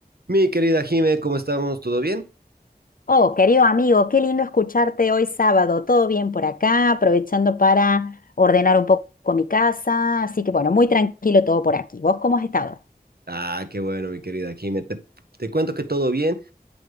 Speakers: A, on the right; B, on the left.
A: Mi querida Jime, ¿cómo estamos? ¿Todo bien?
B: Oh, querido amigo, qué lindo escucharte hoy sábado. Todo bien por acá, aprovechando para ordenar un poco mi casa. Así que bueno, muy tranquilo todo por aquí. ¿Vos cómo has estado?
A: Ah, qué bueno, mi querida Jime. Te, te cuento que todo bien,